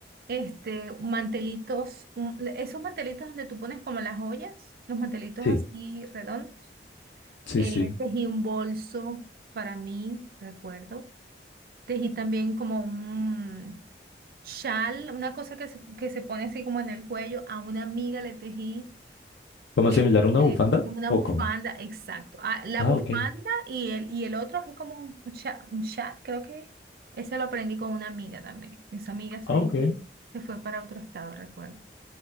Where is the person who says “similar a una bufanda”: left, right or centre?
Left